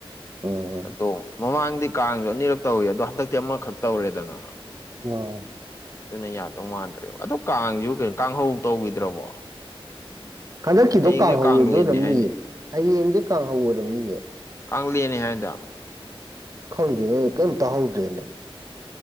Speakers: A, on the right; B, on the left.
A: ꯎꯝ
B: ꯑꯗꯣ ꯃꯃꯥꯡꯗꯤ ꯀꯥꯡꯁꯨ ꯑꯅꯤꯔꯛ ꯇꯧꯋꯤ ꯑꯗꯣ ꯍꯟꯗꯛꯇꯤ ꯑꯃꯥꯔꯛꯈꯛ ꯇꯧꯔꯦꯗꯅ
A: ꯎꯝ
B: ꯑꯗꯨꯅ ꯌꯥꯗꯧ ꯃꯥꯟꯗ꯭ꯔꯦꯕ ꯑꯗꯣ ꯀꯥꯡꯁꯨ ꯀꯩꯅꯣ ꯀꯥꯡꯍꯧ ꯇꯧꯈꯤꯗ꯭ꯔꯕꯣ
A: ꯍꯟꯗꯛꯀꯤꯗꯣ
B: ꯍꯌꯦꯡꯁꯦ
A: ꯀꯥꯡꯍꯧ
B: ꯀꯥꯡꯂꯦꯟꯅꯤ
A: ꯑꯣꯏꯗꯣꯏꯔꯝꯅꯤꯌꯦ
B: ꯍꯥꯏꯅꯦ
A: ꯍꯌꯦꯡꯁꯦ ꯀꯥꯡꯍꯧ ꯑꯣꯏꯔꯔꯕꯅꯤꯌꯦ
B: ꯀꯥꯡꯂꯦꯟꯅꯤ ꯍꯥꯏꯗ
A: ꯈꯪꯗꯦꯅꯦ ꯀꯩꯝ ꯇꯥꯍꯧꯗ꯭ꯔꯦꯅꯦ